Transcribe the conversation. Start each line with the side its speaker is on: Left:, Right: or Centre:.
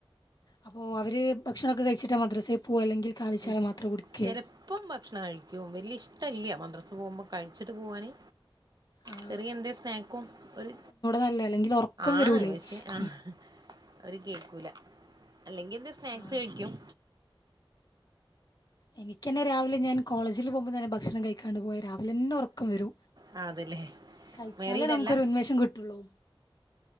Left: അപ്പോ അവര് ഭക്ഷണൊക്കെ കഴിച്ചിട്ട മദ്രസയി പോവ അല്ലെങ്കിൽ കാലിച്ചായ
Right: ഉം
Left: മാത്രം കുടിക്കുക
Right: ചെലപ്പം ഭക്ഷണ കഴിക്കും വലിയ ഇഷ് ഇട്ടല്ല മദ്രസ് പോവുമ്പൊ കഴിച്ചിട്ട് പൂവാന്
Left: ആഹ്
Right: ചെറിയ എന്തെ സ്നാക്കൊ ഒര്
Left: നല്ല അല്ലെങ്കിൽ ഉറക്കം
Right: ആണ്
Left: വരൂലേ
Right: പക്ഷെ ആ
Left: നീ
Right: ഓര് കേക്കൂല. അല്ലെങ്കി എന്ത് സ്നാക്ഴിക്കും
Left: ആ എനിക്കന്നെ രാവിലെ ഞാൻ കോളേജില് പോവുമ്പൊ തന്നെ ഭക്ഷണം കഴിക്കാണ്ട് പോയ രാവിലെന്നെ ഒറക്കം വരും.
Right: ആ അതല്ലേ
Left: കഴിച്ചാലെ
Right: മാരീഡ്
Left: നമുക്കൊരു
Right: അല്ല
Left: ഉന്മേഷം കിട്ടൊള്ളു